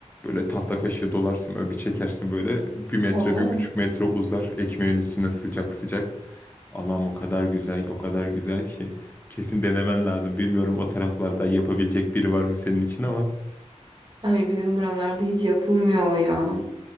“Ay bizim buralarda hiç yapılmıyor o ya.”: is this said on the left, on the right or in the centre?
Right